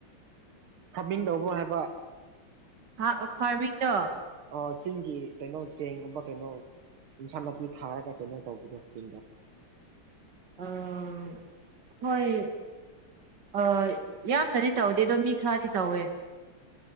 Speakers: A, on the right; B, on the right.
A: ꯐꯥꯔꯃꯤꯡ ꯇꯧꯕ꯭ꯔꯣ ꯍꯥꯏꯕ
B: ꯍꯥ ꯑꯥ ꯐꯥꯔꯃꯤꯡꯗꯣ
A: ꯑꯣ ꯆꯤꯡꯒꯤ ꯀꯩꯅꯣ ꯆꯦꯡꯒꯨꯝꯕ ꯀꯩꯅꯣ ꯏꯟꯁꯥꯡ ꯅꯥꯄꯤ ꯊꯥꯔꯒ ꯀꯩꯅꯣ ꯇꯧꯕꯗꯣ ꯆꯤꯡꯗ
B: ꯑꯥꯝ ꯍꯣꯏ ꯑꯣꯏ ꯌꯥꯝꯅꯗꯤ ꯇꯧꯗꯦꯗꯣ ꯃꯤ ꯈꯔꯗꯤ ꯇꯧꯋꯦ